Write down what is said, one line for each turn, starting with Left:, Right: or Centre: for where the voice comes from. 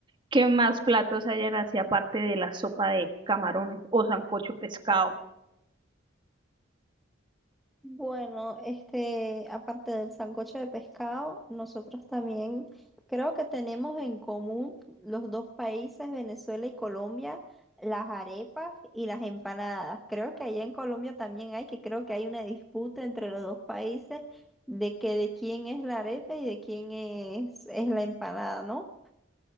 Right: qué más platos hayan así aparte de la sopa de camarones o sancocho de pescado.
Centre: Bueno, este, aparte del sancocho de pescado, nosotros también creo que tenemos en común los dos países, Venezuela y Colombia, las arepas y las empanadas. Creo que allá en Colombia también hay, que creo que hay una disputa entre los dos países de que de quién es la arepa y de quién es, es la empanada, ¿no?